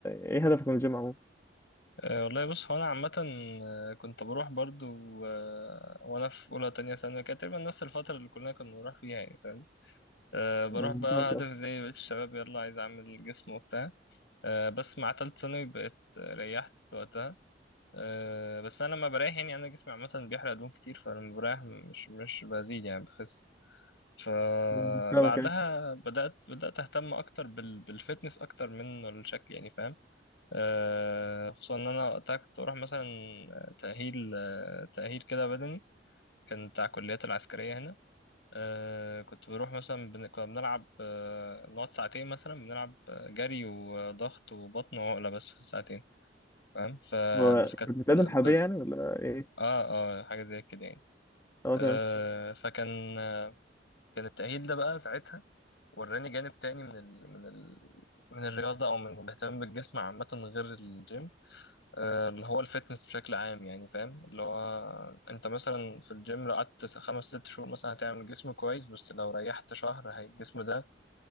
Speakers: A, on the left; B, on the left.
A: ايه
B: فاهم.
A: هدفك من الجيم عموما؟
B: آه، والله بص هو انا عامة آه، كنت بروح برضو آه، وانا في اولى تانية ثانوي كانت تقريبا نفس الفترة اللي كلنا كنا بنروح فيها يعني فاهم أه بروح
A: مم،
B: بقى
A: فاهمك
B: هدف
A: أه.
B: زي بقية الشباب يلا عايز أعمل جسم وبتاع أه بس مع تالت ثانوي بقيت ريحت وقتها أه بس أنا لما بريح يعني أنا جسمي عامة بيحرق دهون كتير فلما بريح مش مش بزيد يعني بخس فبعدها
A: مم، فاهمك يعني
B: بدأت بدأت أهتم أكتر بال بالفتنس أكتر من الشكل يعني فاهم أه خصوصا إن أنا وقتها كنت بروح مثلا تأهيل آه، تأهيل كده بدني كان بتاع الكليات العسكرية هنا آه كنت بروح مثلا بن... كنا بنلعب آه نقعد ساعتين مثلا بنلعب آه، جري وضغط وبطن وعقلة بس في الساعتين فاهم فبس
A: هو
B: اه كانت
A: كنت بتقدم
B: ب...
A: حربية
B: ب...
A: يعني ولا ايه؟
B: اه اه حاجة زي كده يعني
A: اه
B: آه
A: تمام
B: فكان كان التأهيل ده بقى ساعتها وراني جانب تاني من ال... من ال... من الرياضة أو من الاهتمام بالجسم عامة غير الجيم آه، اللي هو الفتنس بشكل عام يعني فاهم اللي هو أنت مثلا في الجيم لو قعدت خمس ست شهور مثلا هتعمل جسم كويس بس لو ريحت شهر هي الجسم ده